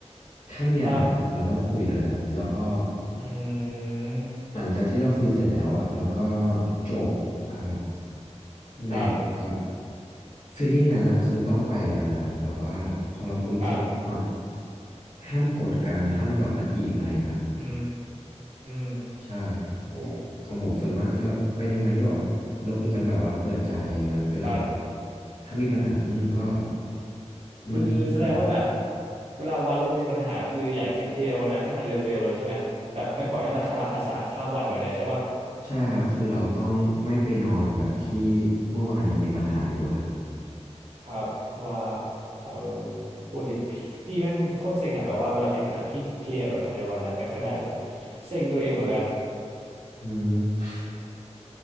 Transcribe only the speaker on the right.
ครับอืม
ครับ
ครับ
อืม
โอ้
ครับ
คือแสดงว่าแบบ
เวลาวาโลมีปัญหาคืออยากจะเคลียร์วันนั้นให้มันเร็วๆเลยใช่ไหมแบบไม่ปล่อยให้มันคาราคาซังข้ามวันแบบเนี้ยใช่ป่ะ
ครับว่าเออปกติพี่พี่แม่งโคตรเซ็งอะแบบว่าเวลามีปัญหาพี่เคลียร์แบบภายในวันนั้นไม่ค่อยได้เลยเซ็งตัวเองเหมือนกัน